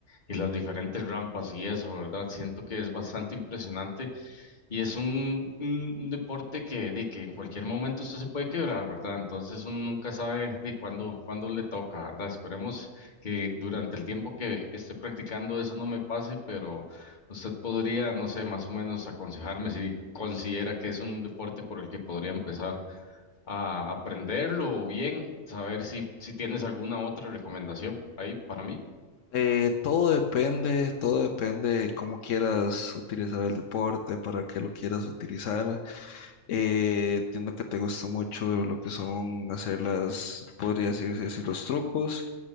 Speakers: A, on the left (about 40°); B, on the left (about 80°).
A: y las diferentes rampas y eso, ¿verdad? Siento que es bastante impresionante y es un, un- un deporte que, de, que en cualquier momento usted se puede quebrar, ¿verdad? Entonces uno nunca sabe de cuándo, cuándo le toca, ¿verdad? Esperemos que durante el tiempo que esté practicando eso no me pase, pero usted podría, no sé, más o menos aconsejarme si considera que es un deporte por el que podría empezar a aprenderlo o bien saber si, si tienes alguna otra recomendación ahí para mí.
B: Eh, todo depende, todo depende de cómo quieras utilizar el deporte, para qué lo quieras utilizar. Eh, entiendo que te gusta mucho lo que son hacer las, podría decirse así, los trucos.